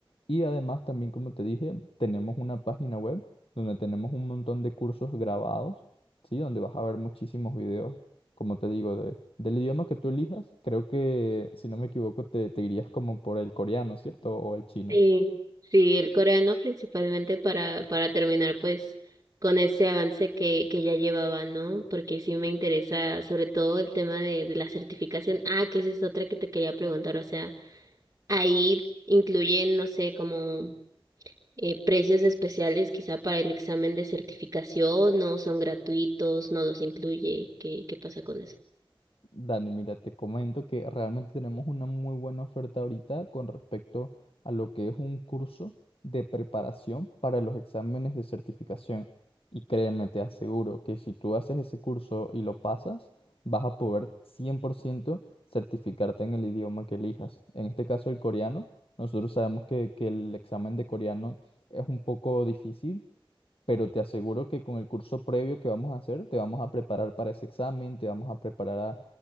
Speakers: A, on the left; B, on the right.
A: Y además también, como te dije, tenemos una página web donde tenemos un montón de cursos grabados, ¿sí? Donde vas a ver muchísimos videos, como te digo, de, del idioma que tú elijas. Creo que, si no me equivoco, te, te irías como por el coreano, ¿cierto? O el chino.
B: Sí, sí, el coreano principalmente para, para terminar pues con ese avance que, que ya llevaba, ¿no? Porque sí me interesa sobre todo el tema de, de la certificación. Ah, que esa es otra que te quería preguntar, o sea, ahí incluyen, no sé, como eh, precios especiales quizá para el examen de certificación, no son gratuitos, no los incluye, ¿qué, qué pasa con eso?
A: Dani, mira, te comento que realmente tenemos una muy buena oferta ahorita con respecto a lo que es un curso de preparación para los exámenes de certificación. Y créeme, te aseguro que si tú haces ese curso y lo pasas, vas a poder 100% certificarte en el idioma que elijas. En este caso, el coreano. Nosotros sabemos que, que el examen de coreano es un poco difícil pero te aseguro que con el curso previo que vamos a hacer, te vamos a preparar para ese examen, te vamos a preparar